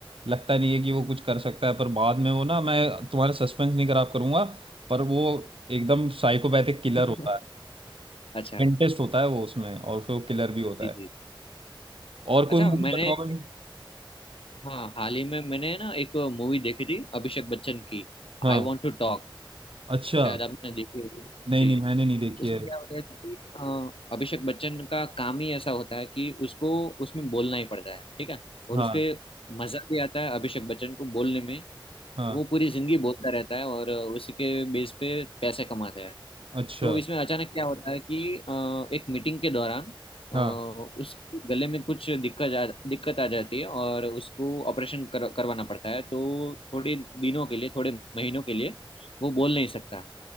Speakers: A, on the right; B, on the left.
A: लगता नहीं है कि वो कुछ कर सकता है पर बाद में वो ना मैं तुम्हारा सस्पेंस नहीं खराब करूंगा पर वो एकदम साइकोपैथिक किलर
B: <laughs>
A: होता
B: अच्छा
A: है इंटरेस्ट होता है वो उसमें और फिर वो किलर भी होता
B: जी
A: है
B: जी
A: और कोई
B: अच्छा
A: मूवी
B: मैंने
A: बताओ भाई
B: हाँ हाल ही में मैंने ना एक मूवी देखी थी अभिषेक बच्चन की
A: हाँ।
B: I want to talk
A: अच्छा
B: शायद आपने देखी होगी
A: नहीं
B: जी
A: नहीं मैंने नहीं देखी
B: उसमें
A: है
B: क्या होता है कि अ, अभिषेक बच्चन का काम ही ऐसा होता है कि उसको उसमें बोलना ही पड़ता है ठीक है और
A: हाँ
B: उसके मजा भी आता है अभिषेक बच्चन को बोलने में
A: हाँ
B: वो पूरी जिंदगी बोलता रहता है और उसके बेस पे पैसे कमाता है
A: अच्छा
B: तो इसमें अचानक क्या होता है कि अ, एक मीटिंग के दौरान अ,
A: हाँ
B: उसके गले में कुछ दिक्कत आ दिक्कत आ जाती है और उसको ऑपरेशन कर, करवाना पड़ता है तो थोड़े दिनों के लिए थोड़े महीनों के लिए वो बोल नहीं सकता